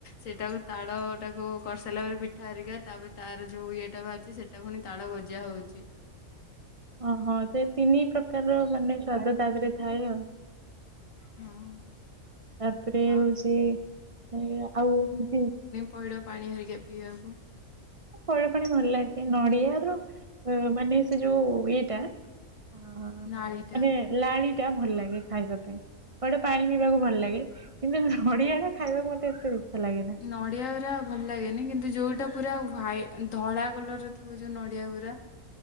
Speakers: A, on the left; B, on the right.
A: ସେଟାକୁ ତାଳ ଟାକୁ କରିସାରିଲା ପରେ ପି ପିଠା ହେରିକା ତାପରେ ତାର ଯୋଉ ଇଏଟା ବା ଅଛି ସେଟା ପୁଣି ତାଳ ଗଜା ହଉଛି।
B: ଓହୋ ସେ ତିନି ପ୍ରକାରର ମାନେ ସ୍ଵାଦ ତା ଦେହରେ ଥାଏ ଆଉ।
A: ହଁ
B: ତାପରେ
A: ଆଉ
B: ହଉଛି ଆଉ ହୁତି
A: ପଇଡ଼ ପାଣି ହରିକା ପିଇବାକୁ।
B: ପଇଡ ପାଣି ଭଲ ଲାଗେ। ନଡିଆର ଅ ମାନେ ସେ ଯୋଉ ଇଏଟା ମାନେ
A: ନାଳିଟା।
B: ଲାଳି ଟା ଭଲ ଲାଗେ ଖାଇବା ପାଇଁ। ପଇଡ ପାଣି ପିଇବାକୁ ଭଲ ଲାଗେ। କିନ୍ତୁ ନଡିଆ ଟା ଖାଇବାକୁ ମତେ ଏତେ ବି ଲାଗେ ନା।
A: ନଡିଆ ଗୁରା ଭଲ ଲାଗେନି। କିନ୍ତୁ ଯୋଉଟା ପୁରା ହ୍ୱାଇ ଧଳା କଲର ଥିବ ଯୋଉ ନଡିଆ ଗୁରା